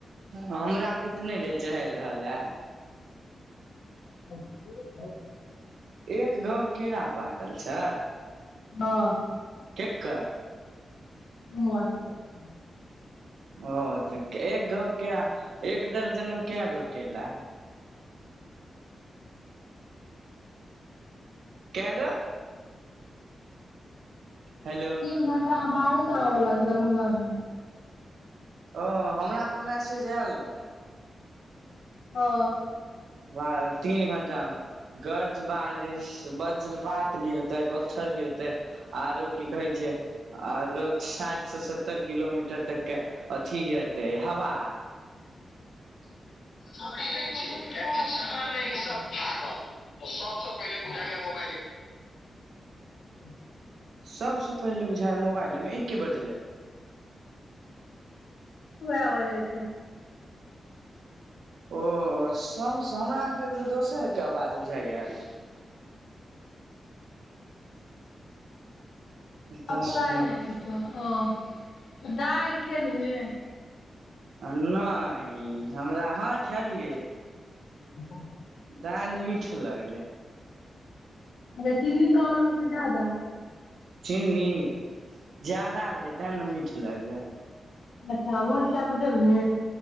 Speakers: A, on the right (about 80°); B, on the left (about 80°).
A: हमरा पे इ ते नै रहै चहेड़ रहल अय।
B: <unintelligible>
A: एक घौर केरा। पाकल छै।
B: हं।
A: कल।
B: सोमवारे के एतै।
A: औ ते के एक घोर केरा एक दर्जन मे काएगो केला।
B: <unintelligible> <unintelligible> <unintelligible>
A: कए गो हेलो
B: तीन घन बा हां बाढ़ो सब आबै बला छै दरभंगा मे।
A: औ हमरा पर मेसैज आएल रहै।
B: औ।
A: बा तीन घंटा मे गर्ज बारिश बज्र पात गिरते, पत्थर गिरते आरो की कहे छै आरो साएठ से सत्तर किलोमीटर तक के अथी एते हवा।
B: <unintelligible> नै छै लेकिन जहां ने ई सब भागल सबसे पहिले बुझाय या मुबाएले ऊंह।
A: सबसे पहिले बुझाय मुबाइलेमे इ कि बजलै।
B: उहाए बजैय छै।
A: औ सब स हमरा मे केकरो दोसर के अवाज बुझाय याएल। दस
B: आ पुराय
A: मिनट
B: नै किछो औ। दाएल खेलिये। <inaudible>
A: आ नै हमरा हां खेलियै।
B: <unintelligible>
A: दाएल मीठ लगलै।
B: अच्छा चिन्नी कम रहो की जादा।
A: चीनी जादा रहय ताय नै मीठ लगलै।
B: अच्छा भोज खाय तू जेभी।